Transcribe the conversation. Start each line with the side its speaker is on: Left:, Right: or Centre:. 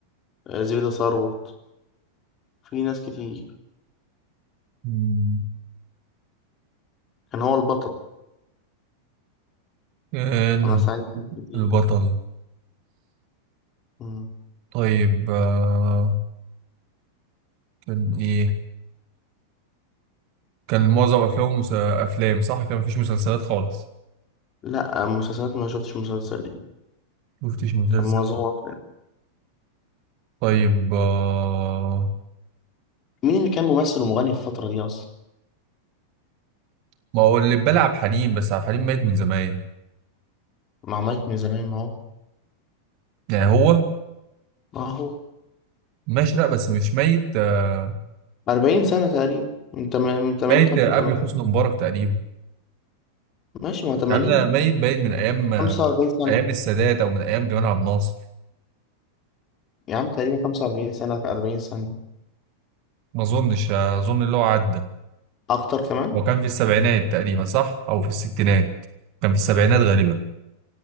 Left: آه زبيدة ثروت في ناس كتير
Right: مم،
Left: كان هو البطل
Right: كان
Left: أنا
Right: هو
Left: ساعدت كتير
Right: البطل
Left: مم.
Right: طيب آه كان ايه كان معظم افلامه مس... افلام صح كان مفيش مسلسلات خالص
Left: لا مسلسلات ما شفتش مسلسل دي
Right: مفتش مسلسل
Left: كان معظمها أفلام
Right: طيب آه
Left: مين اللي كان ممثل ومغني في الفترة دي أصلا؟
Right: ما هو اللي بلعب عبد الحليم بس عبد الحليم ميت من زمان
Left: مع مايك من زمان ما هو
Right: يعني هو
Left: ما هو
Right: ماشي لا بس مش ميت آه،
Left: 40 سنة تقريبا من تم- من 80
Right: ميت
Left: 85
Right: قبل حسني مبارك تقريبا
Left: ماشي ما هو 80
Right: يعني ده ميت باين من ايام
Left: 45 سنة
Right: ايام السادات او من ايام جمال عبد الناصر
Left: يا عم تقريبا 45 سنة في 40 سنة
Right: ما اظنش اظن اللي هو عدى
Left: أكتر كمان
Right: هو كان في السبعينات تقريبا صح او في الستينات كان في السبعينات غالبا